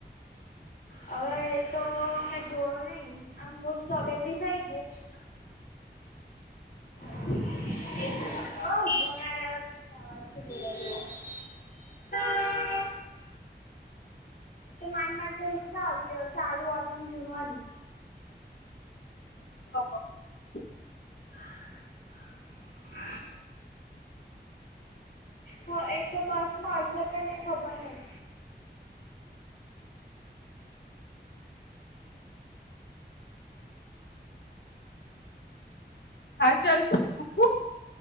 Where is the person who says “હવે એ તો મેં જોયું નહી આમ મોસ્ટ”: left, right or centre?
Left